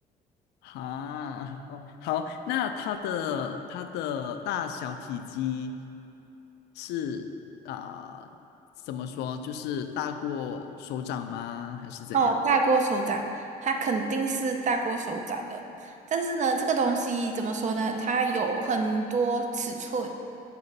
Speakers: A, on the left (about 80°); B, on the right (about 45°).
A: 哈哦，好，那它的它的大小体积是啊、怎么说？就是大过手掌吗？还是怎样？
B: 哦，大过手掌，它肯定是大过手掌的。但是呢，这个东西怎么说呢？它有很多尺寸。